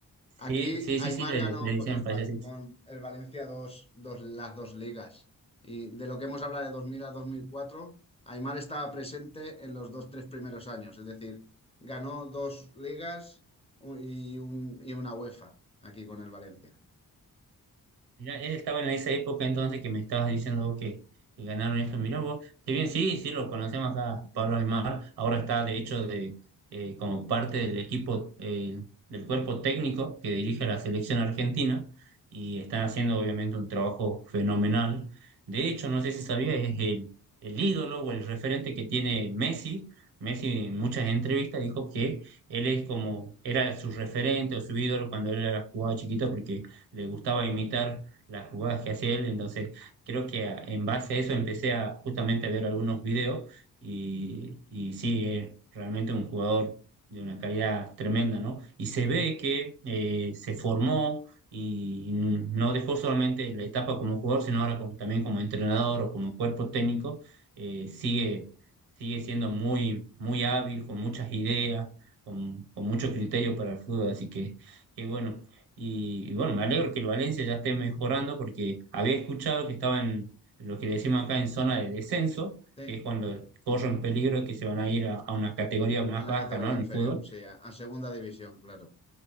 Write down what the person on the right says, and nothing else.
Sí,
sí,
sí, sí, le,
le dicen
payasitos.
Mirá, él estaba en esa época entonces que me estabas diciendo vos que, que ganaron esto. Mirá vos, qué bien, sí, sí, lo conocemos acá, Pablo Aymar. Ahora está, de hecho, de, eh, como parte del equipo, eh, del cuerpo técnico que dirige la selección argentina y están haciendo obviamente un trabajo fenomenal. De hecho, no sé si sabía, es el, el ídolo o el referente que tiene Messi. Messi en muchas entrevistas dijo que él es como, era su referente o su ídolo cuando él era jugaba chiquito porque le gustaba imitar las jugadas que hacía él. Entonces, creo que a- en base a eso empecé a justamente a ver algunos videos y, y sí, es realmente un jugador de una calidad tremenda, ¿no? Y se ve que eh, se formó y no dejó solamente la etapa como jugador, sino ahora como- también como entrenador o como cuerpo técnico, eh, sigue, sigue siendo muy, muy hábil, con muchas ideas, con, con mucho criterio para el fútbol. Así que, que bueno, y, y bueno, me alegro que el Valencia ya esté mejorando porque había escuchado que estaba en lo que decimos acá en zona de descenso,
que es cuando corren peligro y que se van a ir a, a una categoría más
baja,
¿no? En
el fútbol.